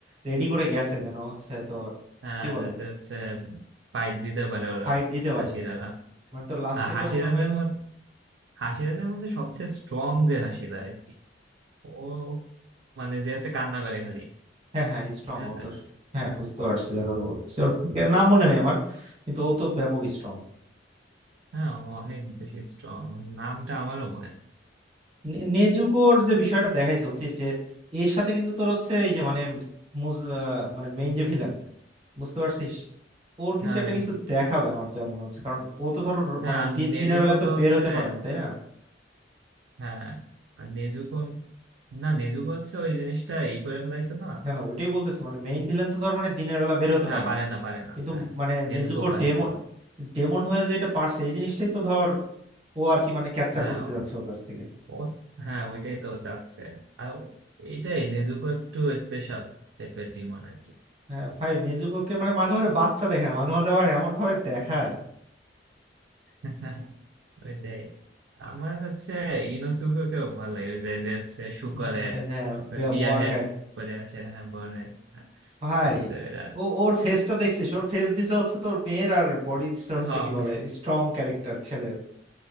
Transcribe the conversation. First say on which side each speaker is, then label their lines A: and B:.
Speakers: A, on the right; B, on the right.
A: রেডি করে গেছে যেন হচ্ছে তোর
B: হ্যাঁ
A: কি বলে
B: যাতে হচ্ছে ফাইট দিতে পারে ওরা
A: ফাইট দিতে পারে
B: হাসিরারা
A: মানে তোর লাস্টে
B: আর হাসিরাদের
A: তো মনে হয়
B: মধ্যে হাসিরাদের মধ্যে সবচেয়ে স্ট্রং যে হাসিরা আর কি ও মানে যে হচ্ছে কান্না করে খালি
A: হ্যাঁ হ্যাঁ স্ট্রং
B: মনে আছে
A: ও তো হ্যাঁ বুঝতে পারছি দেখো তো বলতেছি। ওর নাম
B: ও,
A: মনে নেই আমার কিন্তু ও তো ব্যাপক স্ট্রং
B: হ্যাঁ ও অনেক বেশি স্ট্রং নামটা আমারও মনে নেই
A: নে- নেজুকোর যে বিষয়টা দেখাইছে হচ্ছে যে এর সাথে কিন্তু তোর হচ্ছে এই যে মানে মুজ- আহ, মানে মেইন যে ভিলেন বুঝতে পারছিস ওর কিন্তু
B: হ্যাঁ
A: একটা কিছু দেখাবে আমার যা মনে হচ্ছে কারণ ও তো ধর র-
B: হ্যাঁ
A: মানে
B: আর
A: দি-
B: নেজুকো
A: দিনের বেলা তো
B: তো
A: বের
B: হচ্ছে
A: হতে পারে না তাই না
B: হ্যাঁ আর নেজুকো না নেজুকো হচ্ছে ওই জিনিসটা ই করে ফেলাইছে না
A: না না ওইটাই বলতেছে মানে মেইন ভিলেন তো ধর মানে দিনের বেলা বের হতে
B: হ্যাঁ
A: পারে
B: পারে
A: না
B: না পারে না
A: কিন্তু
B: হ্যাঁ
A: মানে
B: নেজুকো
A: নেজুকো
B: পারছিল
A: ডেমন ডেমন হয়ে যে এটা পারছে এই জিনিসটাই তো ধর ও আর কি মানে ক্যাপচার
B: হ্যাঁ
A: করতে যাচ্ছে ওর কাছ থেকে
B: ও হ্যাঁ ওইটাই তো যাচ্ছে আর এইটাই নেজুকো একটু স্পেশাল টাইপের ডিমন আর কি
A: হ্যাঁ ভাই নেজুকোকে মানে মাঝে মাঝে বাচ্চা দেখায় মাঝে মাঝে আবার এমন ভাবে দেখায়
B: <laughs> ওইটাই আমার হচ্ছে ইনোসুকেও ভালো লাগে ওই যে যে হচ্ছে শু
A: উম,
B: করে
A: মানে
B: ওই
A: হ্যাঁ
B: বিয়ার
A: বোয়ার
B: হেড করে আসে হ্যাঁ বড় head।
A: ভাই
B: তো হচ্ছে ওইটা
A: ও ওর ফেসটা দেখছিস ওর ফেস দিছে হচ্ছে তোর মেয়ের আর বডি দিছে হচ্ছে
B: হম
A: কি বলে স্ট্রং ক্যারেক্টার ছেলের